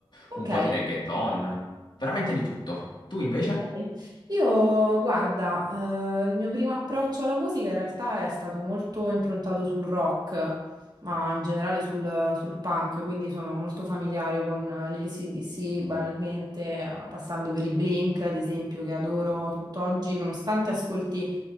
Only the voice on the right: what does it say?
Ok.
Ok. Io, guarda, eh, il mio primo approccio alla musica in realtà è stato molto improntato sul rock, ma in generale sul, sul punk, quindi sono molto familiare con gli AC/DC banalmente, eh, passando per i Blink, ad esempio, che adoro tutt'oggi, nonostante ascolti